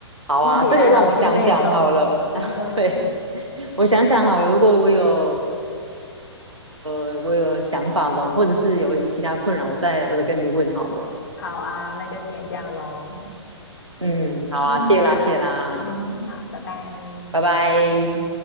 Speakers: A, on the right; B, on the left.
A: 好啊，
B: 听起来好心累哦，
A: 这个让我想想好了 <laughs>
B: 真的。
A: 啊，对，我想想好了，如果我有呃我有想法了，或者是有其他困扰，我再我再跟你问好了。
B: 好啊，那就先这样喽。
A: 嗯，好啊，
B: 嗯
A: 谢啦谢啦，
B: 嗯，好，拜拜。
A: 拜拜。